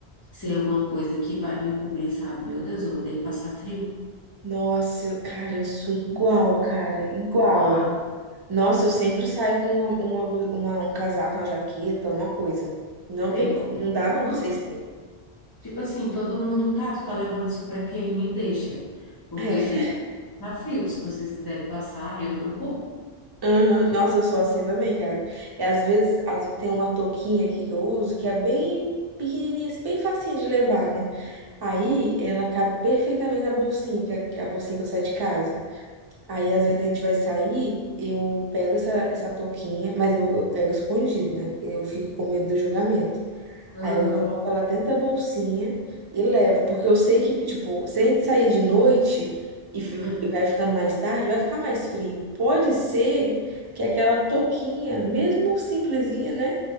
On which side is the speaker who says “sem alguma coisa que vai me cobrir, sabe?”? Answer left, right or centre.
Left